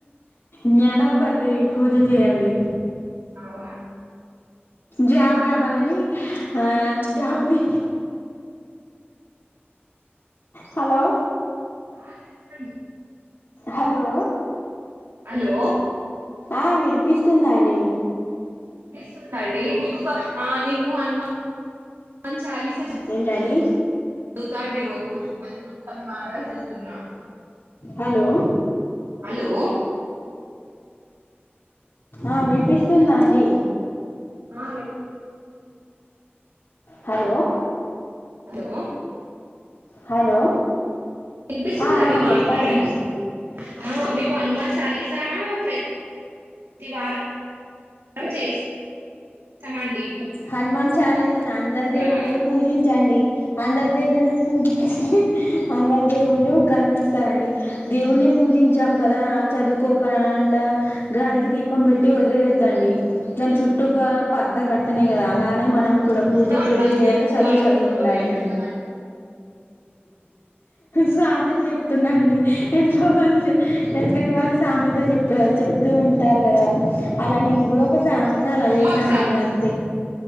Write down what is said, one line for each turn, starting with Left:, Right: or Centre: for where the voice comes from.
Left: జ్ఞాన అంబరిదేవి పూజ చెయండి
Right: అవునండి
Left: జాబ్ రావలనీ ఆ జాబ్ ది హలో
Right: ఆ <unintelligible> డి
Left: హలో
Right: హలో
Left: ఆ వినిపిస్తుందా అండి
Right: స్తుదండి మీకు ఒక ఆ నేను హనుమాన్ చాలీస
Left: ఏంటాండి
Right: తం డి రోజు పదకొండు కొన్నీ వారాలు చదువుతున్నా
Left: హలో
Right: హలో
Left: ఆ వినిపిస్తుందా అండి
Right: ఆ వినిపిస్
Left: హలో
Right: హలో
Left: హలో
Right: వినిపిస్తుందండి
Left: ఆ, ఆ,
Right: మాట్లాడండి
Left: చెప్పండి
Right: ఆ మేము హనుమాన్ చాలిస్ చార్లెస్ ప్రతి వారం చేస్తస్తామండి.
Left: హనుమాన్ చాలీసని అందరి దేవుళ్ళని
Right: అలా
Left: పూజించండి. అందరి దేవుళ్ళని పూజించి అందర్ దేవుళ్ళు కరణిస్తారండి దేవుణ్ణే పూజించాం కదా చదువుకోకుండా గాలికి దీపం పెట్టి వదిలేయొద్దండి దాని చుట్టూ ఒక పరద కట్ అ కద అలానే మనం కూడా పూజ
Right: ఆ,
Left: పూజ
Right: గాలికి
Left: చేయాలే చదువు
Right: గాలికి
Left: చదువు
Right: దీపం
Left: ఉండాలండి.
Right: ఏం పెట్టమండి
Left: సామెత చెప్తున్నాండి వెనక వాళ్ళు వెనకటి వాళ్ళు సామెతలు చెప్ప చెప్తూ ఉంటారు కదా అలా నేను కూడా ఒక సామెత. అంతే అలా వేసానండి
Right: మాకు
Left: అం